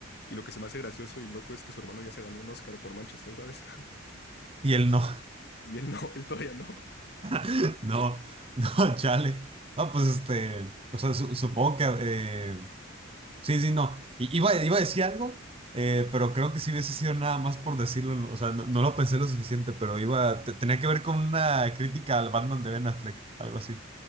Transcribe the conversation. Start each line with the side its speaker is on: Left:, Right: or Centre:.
Left: Y lo que se me hace gracioso y loco es que su hermano ya se ganó un Oscar por Manchester, ¿sabes? <laughs>
Right: Y él no,
Left: Y él no, él todavía no.
Right: <laughs> no, no, chale. No, pues este, o sea, su- supongo que eh, Sí, sí, no. I- Iba, iba a decir algo, eh, pero creo que si hubiese sido nada más por decirlo. O sea, no, no lo pensé lo suficiente, pero iba, te- tenía que ver con una crítica al Batman de Ben Affleck, algo así.